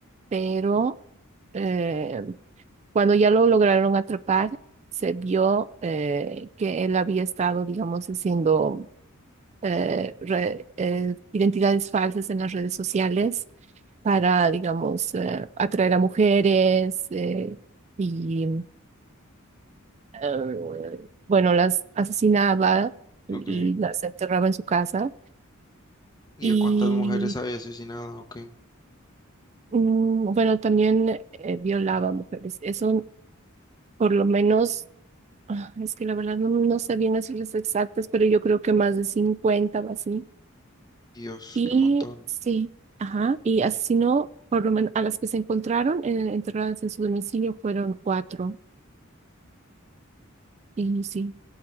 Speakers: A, on the right (about 30°); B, on the left (about 20°).
A: pero eh, cuando ya lo lograron atrapar, se vio eh, que él había estado, digamos, haciendo eh, re- eh, identidades falsas en las redes sociales para, digamos, eh, atraer a mujeres eh, y, eh, bueno, las asesinaba y
B: ok.
A: las enterraba en su casa.
B: ¿Y
A: Y
B: a cuántas mujeres había asesinado? Ok,
A: mm, bueno, también eh, violaba mujeres. Eso por lo menos, ah, es que la verdad no, no sé bien las cifras exactas, pero yo creo que más de 50 o así.
B: Dios,
A: Y
B: qué montón.
A: sí, ajá, y asesinó por lo menos a las que se encontraron eh, enterradas en su domicilio fueron cuatro. Y sí,